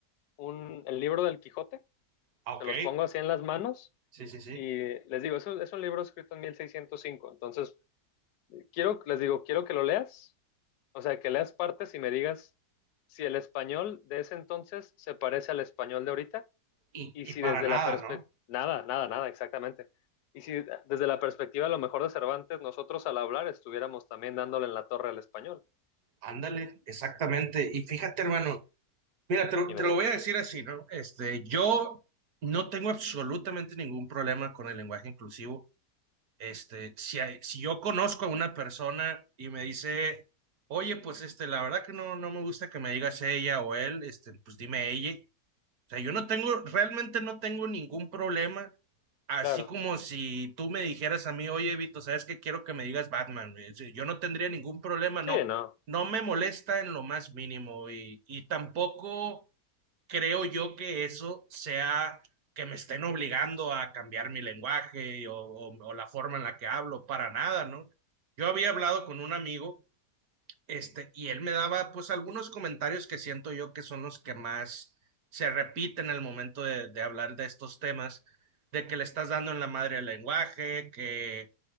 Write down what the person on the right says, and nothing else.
Ah,
Ok,
sí, sí, sí.
Y,
y
para
nada,
¿no?
Ándale, exactamente. Y fíjate, hermano, Mira, te, lo
te
lo
voy a decir así, ¿no? Este, yo no tengo absolutamente ningún problema con el lenguaje inclusivo. Este, si, hay- si yo conozco a una persona y me dice, oye, pues este, la verdad que no, no me gusta que me digas ella o él, este, pues dime ella. sea, yo no tengo, realmente no tengo ningún problema. Así
como si tú me dijeras a mí, oye, Vito, ¿sabes qué? Quiero que me digas Batman. O sea, Yo no tendría ningún problema,
no.
No me molesta en lo más mínimo y, y tampoco creo yo que eso sea que me estén obligando a cambiar mi lenguaje o, o- o la forma en la que hablo, para nada, ¿no? Yo había hablado con un amigo este, y él me daba pues algunos comentarios que siento yo que son los que más se repiten al momento de, de hablar de estos temas, de que le estás dando en la madre al lenguaje, que